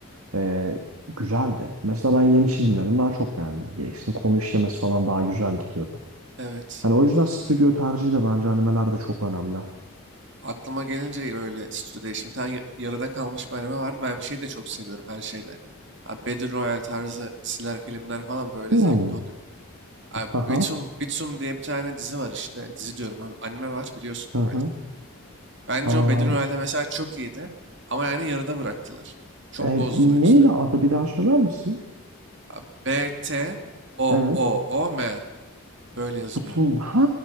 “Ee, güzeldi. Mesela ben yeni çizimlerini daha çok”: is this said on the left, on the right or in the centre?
Right